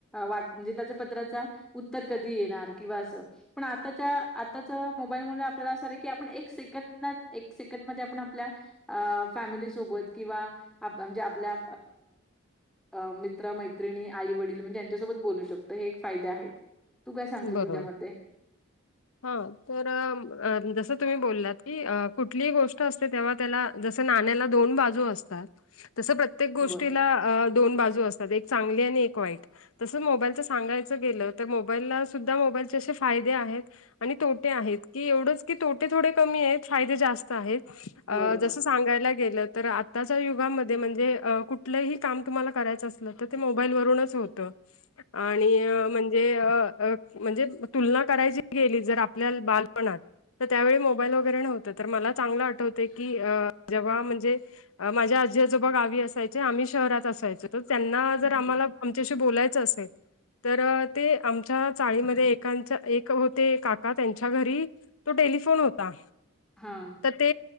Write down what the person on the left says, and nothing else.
बरोबर.
हा तर जसं तुम्ही बोललात की कुठली गोष्ट अस त्या ज दो बाज असतात. प्रत्येक गोष्टीला
अ दोन बाजू असतात एक चांगली आणि एक वाईट तस मोबाईलच सांगायचं गेलं तर. मोबाईलला सुद्धा मोबाईलचे असे फाये आहेत. आणि तोटे आहेत की एवढंच की तोटे थोडे कमी आहेत फायदे जास्त
जस सांगायला गेलं तर. आताच्या युगामध्ये म्हणजे कुठलंही काम तुम्हाला करायचं असलं तर ते मोबाईलवरूनच होतं.
आणि म्हणज म्हणजे तुलना करायची गेली जर आपल्या बालपणात.. तर त्यावेळी मोबाईल वगैरे नव्हतं तर मला चांगलं आठवते की जेव्हा म्हणजे. माझ्या आजी आजोबा गावी असायचे आम्ही शहरात असायचो. तर त्यांना जर
आम्हाला आमच्याशी बोलायचं असेल तर.. ते आमच्या चाळीमध्ये एांच्या एक होते काका त्यांच्या घरी.. तो टेलिफोन होता.
तर ते